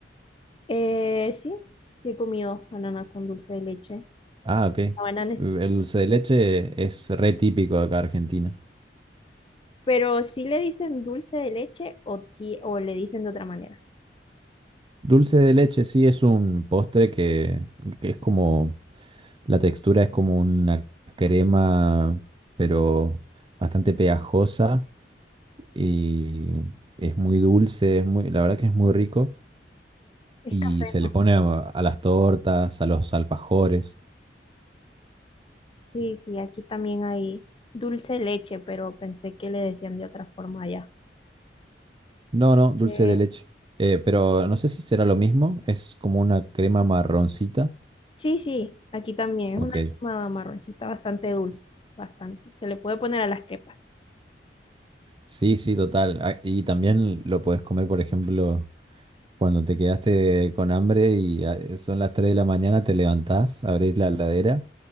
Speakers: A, on the left (about 30°); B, on the right (about 30°).
A: Eh, sí, sí he comido banana con dulce de leche.
B: Ah, ok.
A: La banana es...
B: El dulce de leche es re típico de acá de Argentina.
A: Pero sí le dicen dulce de leche o, ti- o le dicen de otra manera.
B: Dulce de leche sí es un postre que, que es como, la textura es como una crema, pero bastante pegajosa y es muy dulce, es muy, la verdad que es muy rico
A: Es
B: y
A: café,
B: se
A: ¿no?
B: le pone a a las tortas, a los alfajores.
A: Sí, sí, aquí también hay dulce de leche, pero pensé que le decían de otra forma allá.
B: No, no, dulce
A: Eh,
B: de leche. Eh, pero no sé si será lo mismo. Es como una crema marroncita.
A: sí, sí, aquí también es
B: Ok.
A: una crema marroncita bastante dulce, bastante. Se le puede poner a las crepas.
B: Sí, sí, total. Ah, y también lo podés comer, por ejemplo, cuando te quedaste con hambre y ah, son las 3 de la mañana, te levantás, abrís la heladera